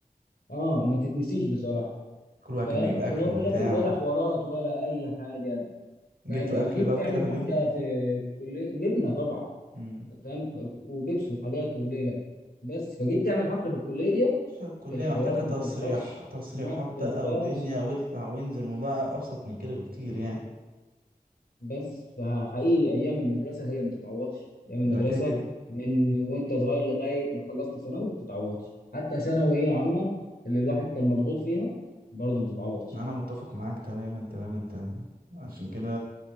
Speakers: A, on the left; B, on the right.
A: اه ما تتنسيش بصراحه
B: كل واحد
A: فاهم
B: كان بيجيب اكل
A: وملافق
B: وبتاع
A: ولا حوارات ولا اي حاجه
B: وجبتوا
A: فاهم
B: اكل
A: جيت
B: بقى
A: تعمل
B: وكده في اليوم
A: حفله
B: ده
A: في كليه جبنه طبعا
B: امم
A: فاهم وبيبس وحاجات وليله بس فجيت تعمل حفله في الكليه
B: فالكلية
A: الحوارات
B: محتاجة تصريح
A: ما بتخلصش
B: تصريحات
A: ما
B: بقى
A: بتخلص
B: ودنيا واطلع وانزل الموضوع ابسط من كده بكتير يعني
A: بس فحقيقي ايام المدرسه هي ما تتعوضش ايام
B: ده
A: المدرسه
B: كده كده
A: من وانت صغير لغايه ما خلصت ثانوي ما بتتعوضش حتى ثانويه عامه اللي الواحد كان مضغوط فيها برضه ما تتعوضش
B: انا متفق معاك تماما تماما تماما عشان كده